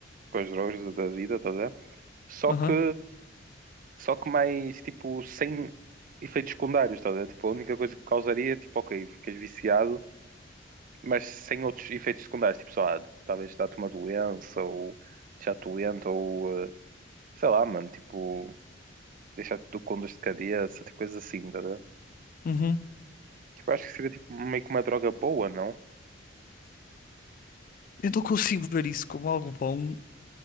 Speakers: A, on the right (about 45°); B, on the left (about 45°).
A: com as drogas da vida, estás a ver? Só
B: Aham.
A: que, só que mais tipo sem efeitos secundários, estás a ver? Tipo, a única coisa que causaria, é, tipo, ok, ficas viciado, mas sem outros efeitos secundários, tipo, só, ah, talvez dá-te uma doença ou deixar-te doente ou eh, sei lá, mano, tipo, deixar-te com dor de cabeça, tipo, coisas assim, estás a ver?
B: Uhum.
A: Tipo, acho que seria tipo meio que uma droga boa, não?
B: Eu não consigo ver isso como algo bom